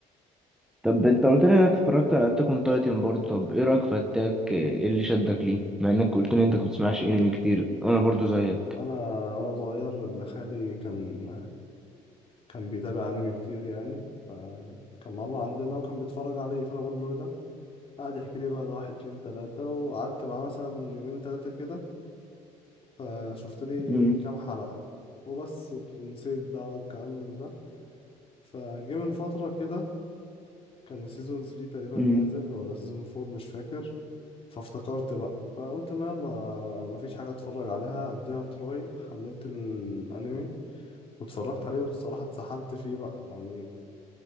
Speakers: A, in the centre; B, on the left (about 40°).
A: طب انت قلت لي انك اتفرجت على اتاك اون تايتن برضه طب ايه رايك في اتاك ايه اللي شدك ليه مع انك قلت لي انت ما بتسمعش انمي كتير وانا برضه زيك
B: أنا وأنا صغير ابن خالي كان كان بيتابع أنمي كتير يعني فكان مرة عندنا وكان بيتفرج عليه فأنا بقول له إيه ده قعد يحكي لي بقى ده واحد اتنين تلاتة وقعدت معاه مثلا يومين تلاتة كده فشفت لي
A: امم
B: كام حلقة وبس ونسيت بقى والكلام من ده فجه من فترة كده كان سيزون 3 تقريبا
A: امم
B: نازل ولا سيزون 4 مش فاكر فافتكرت بقى فقلت ما يلا مفيش حاجة اتفرج عليها اديها تراي حملت الانمي واتفرجت عليه والصراحة اتسحلت فيه بقى يعني